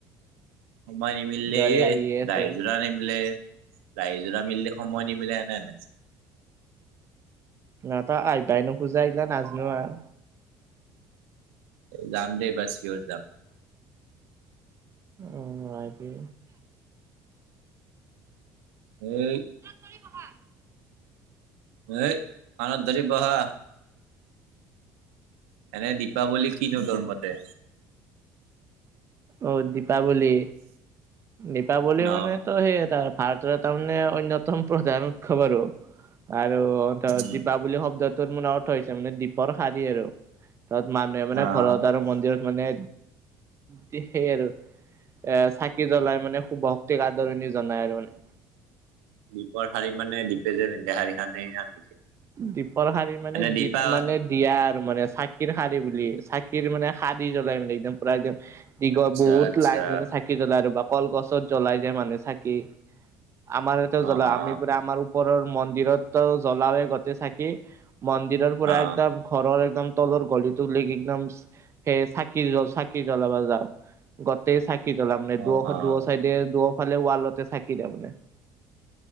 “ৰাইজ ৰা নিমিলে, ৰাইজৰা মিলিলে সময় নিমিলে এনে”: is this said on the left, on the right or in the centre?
Right